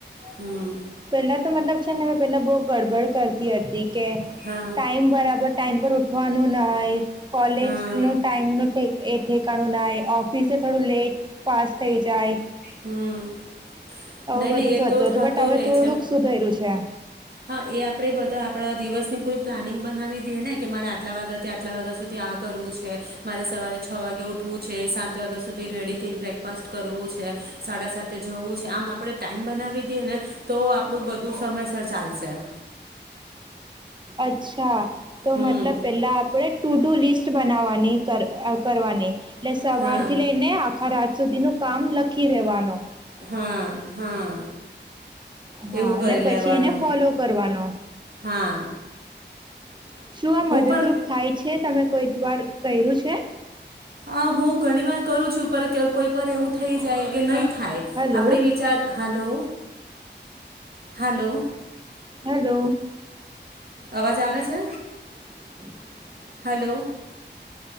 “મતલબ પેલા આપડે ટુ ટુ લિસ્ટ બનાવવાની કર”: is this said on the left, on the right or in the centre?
Right